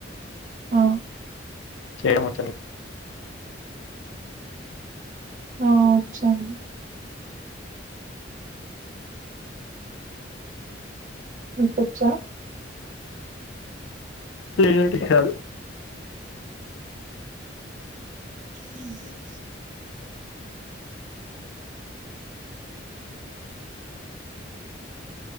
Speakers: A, on the right; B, on the left.
A: హ్మ్
B: చెడమోచా మీ
A: ఆ ఓచ్చండీ మికొచ్చ
B: లేదండి రాదు
A: ఉహ్మ్